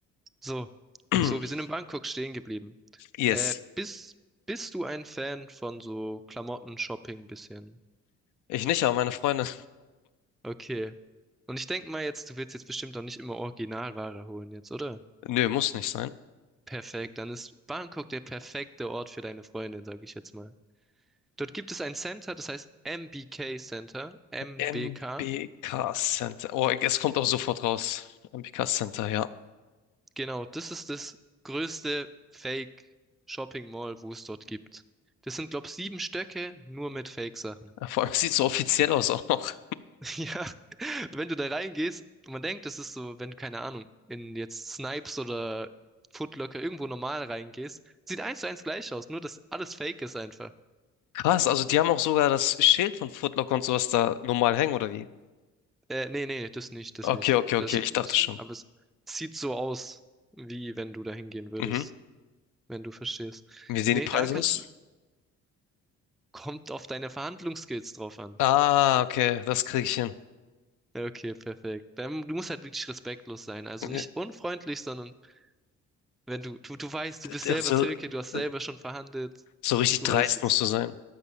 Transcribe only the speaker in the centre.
So,
äh, so, wir sind in Bangkok stehen geblieben.
Äh, bist, bist du ein Fan von so Klamotten, Shopping bisschen?
Okay. Und ich denke mal jetzt, du willst jetzt bestimmt auch nicht immer Originalware holen jetzt, oder?
Perfekt, dann ist Bangkok der perfekte Ort für deine Freundin, sage ich jetzt mal. Dort gibt es ein Center, das heißt MBK Center, MBK.
Genau, das ist das größte Fake-Shopping-Mall, wo es dort gibt. Das sind, glaube ich, sieben Stöcke nur mit Fake-Sachen.
<laughs> Ja, wenn du da reingehst, man denkt, das ist so, wenn du, keine Ahnung, in jetzt Snipes oder Foot Locker irgendwo normal reingehst, sieht eins zu eins gleich aus, nur dass alles Fake ist einfach.
Äh, nee, nee, das nicht, das
nicht.
Das,
das,
aber es sieht so aus, wie wenn du da hingehen würdest,
wenn du verstehst.
Nee,
da kannst
du, kommt auf deine Verhandlungsskills drauf an.
Ja, Okay, perfekt. Dann, du musst halt wirklich respektlos sein. Also
nicht unfreundlich, sondern wenn du, du, du weißt,
du bist selber
Türke, du hast
selber schon verhandelt.
Du
weißt, wie es
geht.